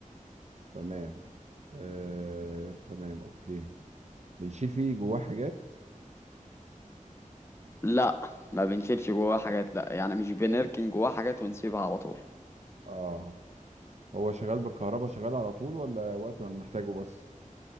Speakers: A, on the right; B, on the left.
A: تمام آه، تمام اوكي بنشيل فيه جواه حاجات
B: لا ما بنشيلش جواه حاجات لا يعني مش بنركن جواه حاجات ونسيبها على طول
A: اه هو شغال بالكهرباء شغال على طول ولا وقت ما بنحتاجه بس